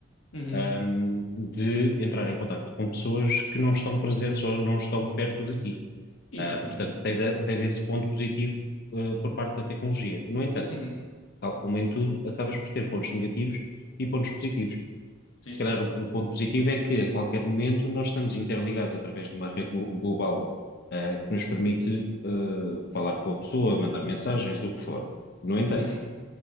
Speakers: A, on the left (about 80°); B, on the left (about 50°).
A: Uhum.
B: ahm, de entrar em contacto com pessoas que não estão presentes ou não estão perto de ti.
A: Exatamente.
B: Ah, portanto, tens, a- tens esse ponto positivo, ah, por parte da tecnologia. No entanto,
A: Uhum.
B: tal como em tudo, acabas por ter pontos negativos e pontos positivos
A: Sim,
B: se
A: sim.
B: calhar o, o ponto positivo é que a qualquer momento nós estamos interligados através de uma rede glo- global, ah, que nos permite, ah, falar com a pessoa, mandar mensagens, o que for. No entanto,
A: Uhum.